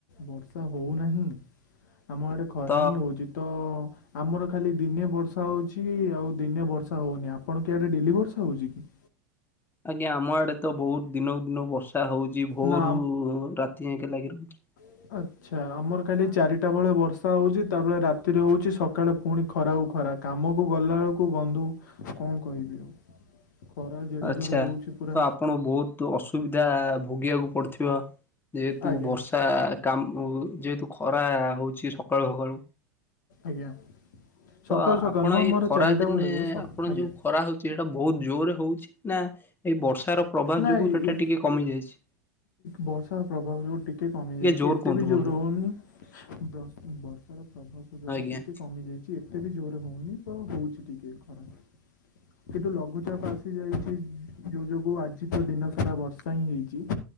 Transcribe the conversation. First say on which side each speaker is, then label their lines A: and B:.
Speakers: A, on the left (about 75°); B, on the left (about 20°).
A: ବର୍ଷା ହଉନାହିଁ। ଆମ ଆଡେ ଖରା
B: ତ
A: ହିଁ ହଉଛି ତ ଆମର ଖାଲି ଦିନେ ବର୍ଷା ହଉଛି ଆଉ ଦିନେ ବର୍ଷା ହଉନି ଆପଣଙ୍କ ଆଡେ ଡେଲି ବର୍ଷା ହଉଛି କି?
B: ଆଜ୍ଞା ଆମ ଆଡେ ତ ବହୁତ ଦିନକୁ ଦିନ ବର୍ଷା ହଉଛି ଭୋରରୁ
A: ନା
B: ରାତି ଯାଇକେ ଲାଗି ରହୁଛି।
A: ଆଚ୍ଛା। ଆଚ୍ଛା ଆମର କାଲି ଚାରିଟା ବେଳେ ବର୍ଷା ହେଉଛି ତାପରେ ରାତିରେ ହେଉଛି ସକାଳେ ପୁଣି ଖରାଉ ଖରା। କାମକୁ ଗଲା ବେଳକୁ ବନ୍ଧୁ କଣ କହିବି ଆଉ।
B: ହ
A: ଖରା ଯେଡେ
B: ଆଚ୍ଛା
A: ଜୋର ହଉଛି ପୁରା
B: ତ ଆପଣଙ୍କୁ ବହୁତ ଅସୁବିଧା ଭୋଗିବାକୁ ପଡିଥିବ? ଯେହେତୁ
A: ଆଜ୍ଞା
B: ବର୍ଷା କାମ ଯେହେତୁ ଖରା ହଉଛି ସକାଳୁ ସକାଳୁ
A: ଆଜ୍ଞା
B: ତ
A: ସକାଳୁ ସକାଳୁ
B: ଆପଣ
A: ନୁହଁ
B: ଏଇ
A: ଆମର
B: ଖରା
A: ଚାରିଟା
B: ଦିନେ
A: ବେଳେ ସ-
B: ଆପଣ
A: ଆଜ୍ଞା
B: ଯୋଉ ଖରା ହଉଛି ସେଟା ବହୁତ ଜୋରରେ ହଉଛି ନା ଏଇ ବର୍ଷାର ପ୍ରଭାବ
A: ନାଇଁ
B: ଯୋଗୁ ସେଟା ଟିକେ କମି ଯାଇଛି?
A: ବର୍ଷା ପ୍ରଭାବ ଯୋଗୁ ଟିକେ କମି ଯାଇଛି
B: ଜୋର
A: ଏତେ
B: କୁହନ୍ତୁ
A: ବି
B: ବନ୍ଧୁ
A: ଜୋର ହଉନି। ବର୍ଷାର ପ୍ରଭାବ ଯୋଗୁ
B: ଆଜ୍ଞା।
A: ଟିକେ କମି ଯାଇଛି। ଏତେ ବି ଜୋରରେ ହଉନି ତ ହଉଛି ଟିକେ ଖରା। କିନ୍ତୁ ଲଘୁଚାପ ଆସି ଯାଇଛି ଯୋଉ ଯୋଗୁଁ ଆଜି ନିଶିତ ଦିନ ସାରା ବର୍ଷା ହିଁ ହେଇଛି।